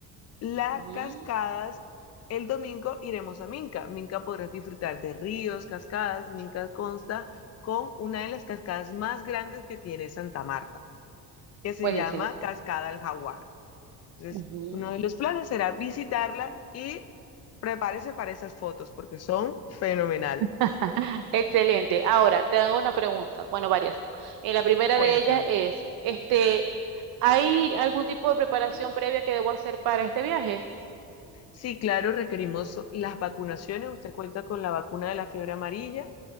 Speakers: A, on the left (about 45°); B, on the right (about 70°).
A: Las
B: Ujú,
A: cascadas, el domingo iremos a Minca. Minca podrás disfrutar de ríos, cascadas. Minca consta con una de las cascadas más grandes que tiene Santa Marta, que se
B: Buenísimo.
A: llama Cascada del Jaguar. Entonces,
B: Ujú.
A: uno de los planes será visitarla y prepárese para esas fotos porque son fenomenales.
B: <laughs> Excelente. Ahora, te hago una pregunta. Bueno, varias. En la primera
A: Cuéntame.
B: de ellas es, este, ¿hay algún tipo de preparación previa que debo hacer para este viaje?
A: Sí, claro, requerimos las vacunaciones. Usted cuenta con la vacuna de la fiebre amarilla.